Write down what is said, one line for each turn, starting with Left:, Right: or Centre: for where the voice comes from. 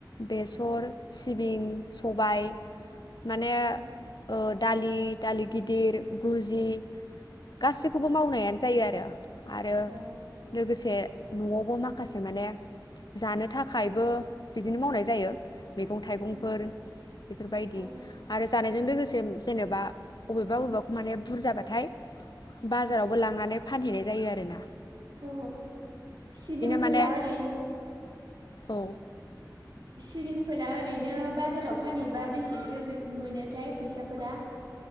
Left: बेसर सिबिं सबाय माने
Right: अ
Left: ओ दालि - दालि गिदिर गुजि। गासैखौबो मावनायानो जायो आरो। आरो
Right: अ
Left: लोगोसे न'आवबो माखासे माने जानो थाखायबो बिदिनो मावनाय जायो। मैगं थाइगंफोर
Right: अ
Left: बेफोरबायदि
Right: अ
Left: आरो जानायजों लोगोसे जेनेबा अबेबा अबेबा खौ माने बुरजाबा थाय बाजारावबो लांनानै फानहैनाय जायो आरो ना।
Right: अ सिबिंफोरा
Left: माने
Right: ओरैनो
Left: औ
Right: सिबिंफोरा ओरैनो बाजाराव फानहैबा बेसेसो गो मोनो? थाय फैसाफोरा।